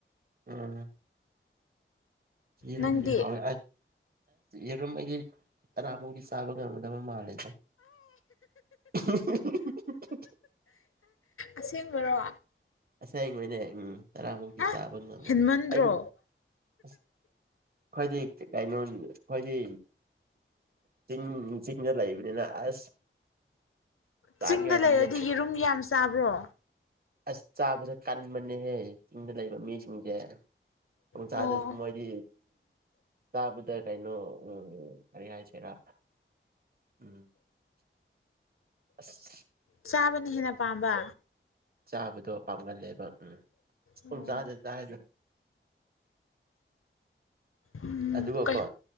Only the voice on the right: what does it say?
ꯎꯝ ꯏꯔꯣꯝꯗꯤ
ꯍꯥꯏ ꯑꯔꯝ ꯃ ꯇꯥꯃꯨꯒꯤ ꯁꯥꯕ ꯃꯥꯂꯦ <unintelligible>
ꯑꯁ ꯑꯩꯉꯣꯏꯅꯦ ꯎꯝ ꯇꯔꯥꯃꯨꯛꯇꯤ
ꯆꯥꯕ ꯉꯝꯂ
ꯑꯩꯅ ꯑ ꯑꯩꯈꯣꯏꯗꯤ ꯀꯩꯅꯣ ꯑꯩꯈꯣꯏꯗꯤ ꯆꯤꯡ ꯆꯤꯡꯗ ꯂꯩꯕꯅꯤꯅ ꯑꯁ ꯆꯥꯅꯤꯡꯉꯥꯏꯗꯤ
ꯂꯦꯞꯇꯦ
ꯑꯁ ꯆꯥꯕꯗ ꯀꯟꯕꯅꯦꯍꯦ ꯆꯤꯡꯗ ꯂꯩꯕ ꯃꯤꯁꯤꯡꯁꯦ ꯎ ꯆ
ꯑꯥꯗ ꯃꯣꯏꯗꯤ ꯇꯥꯕꯨꯗ ꯀꯥꯏꯩꯅꯣ ꯎ ꯀꯔꯤ ꯍꯥꯏ ꯍꯥꯏꯁꯦꯔ ꯎꯝ ꯑꯁ
ꯆꯥꯕꯗꯣ ꯄꯥꯝꯒꯜꯂꯦꯕ ꯎꯝ
ꯄꯨꯡ ꯆꯥꯗ ꯆꯥꯔꯤꯗ
ꯑꯗꯨꯒꯀꯣ